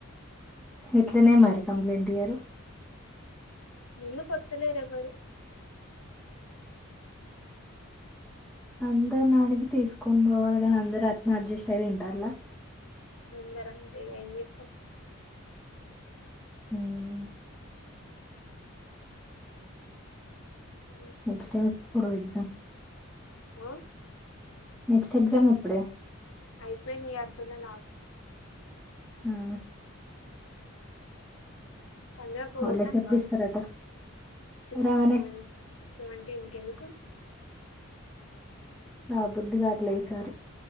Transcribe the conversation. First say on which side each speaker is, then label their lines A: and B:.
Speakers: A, in the centre; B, on the left.
A: ఎట్లనే మరి? కంప్లైంట్ ఇయ్యరు?
B: ముందుకొత్తలేరు ఎవ్వరు.
A: అందరినడిగి తీసుకొని పోవాలి గా! అందరు అట్టనె అడ్జస్ట్ అయి తింటారులా.
B: అందరు అంతేగా, ఏం చెత్తాం.
A: మ్
B: ఆ
A: నెక్స్ట్ టైం ఎప్పుడు ఎగ్జామ్?
B: ఆ
A: నెక్స్ట్ ఎగ్జామ్ ఇప్పుడే?
B: అయిపోయినయి ఇయర్తోనే లాస్ట్.
A: అవునా
B: సంధ్యకు
A: హాలిడేస్
B: తనువా
A: ఎప్పుడు ఇస్తారట
B: సిక్స్,
A: రానే
B: సెవెన్, సెవెన్ తిన్ కెందుకు
A: నా బుద్ది గాట్లే ఈసారి